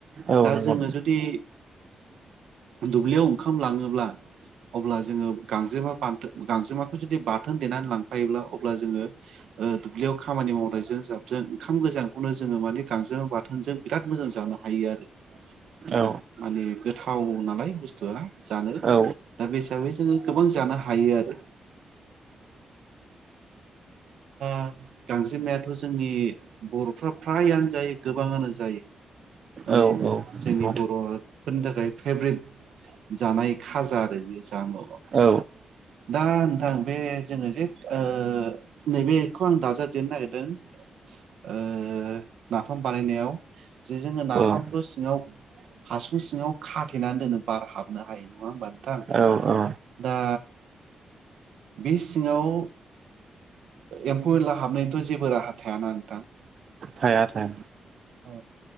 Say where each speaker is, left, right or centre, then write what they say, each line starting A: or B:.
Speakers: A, on the right (about 45°); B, on the right (about 80°).
A: औ
B: दा
A: नंगौ
B: जोङो जुदि दुब्लियाव ओंखाम लाङोब्ला अब्ला जोङो गांजेमा बा गांजेमाखौ जुदि बाथोन देनानै लांफायोब्ला अब्ला जोङो ओ दुब्लियाव खामानि मावनायजों जाबजों ओंखाम गोजांखौनो जोङो माने गांजेमा बाथोनजों बिराद मोजां जानो हायो आरो नोंथां
A: औ
B: माने थाव नालाय बुस्थुआ जानो
A: औ
B: दा बे हिसाबै जोङो गोबां जानो हायो आरो ओह गांसेमायाथ जोंनि बरफ्रा फ्रायानो जायो गोबाङानो जायो माने
A: औ औ
B: जोंनि
A: नंगौ
B: बरफोरनि थाखाय फेभरेट जानाय खाजा आरो बेयो जामुआ
A: औ
B: दा नोंथां बे जोङो जे ओ नैबेखौ आं दाजाबदेरनो नागिरदों ओ नाफाम बानायनायाव जे जोङो नाफामखौ
A: औ
B: सिङाव हासुं सिङाव खाथेनानै दोनो बार हाबनो हायो नङा होमबा नोंथां
A: औ औ
B: दा बे सिङाव एम्फौ एनला हाबनायनिथ जेबो राहा थायाना नोंथां
A: थाया थाया
B: अ